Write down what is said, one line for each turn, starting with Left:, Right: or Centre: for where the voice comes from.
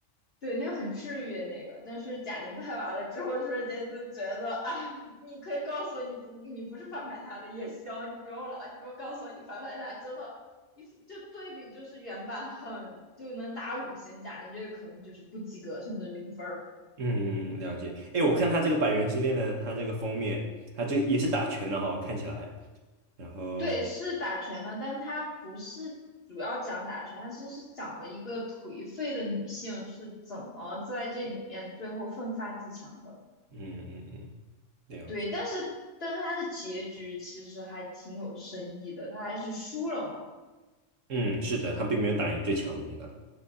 Left: 对，那个很治愈那个，但是贾玲拍完了之后，瞬间就觉得啊，你可以告诉我你不你不是反派他的也行，你不用了，你不用告诉我你反派他，真的，一就对比就是原版很就能打五星，贾玲这个可能就是不及格甚至零分儿。
Right: 嗯，了解。哎，我看他这个《百元之恋》呢，他这个封面，他这也是打拳的哈、看起来。然后，
Left: 对，是打拳的，但她不是主要讲打拳，她其实是讲的一个颓废的女性是怎么在这里面最后奋发自强的。
Right: 嗯嗯嗯，了解。
Left: 对，但是但是她的结局其实还挺有深意的，她还是输了嘛。
Right: 嗯，是的，他并没有打赢最强的那个。